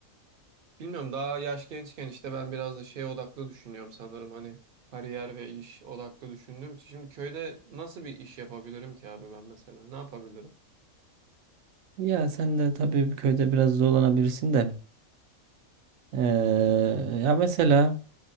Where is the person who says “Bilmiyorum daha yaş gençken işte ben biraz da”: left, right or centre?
Right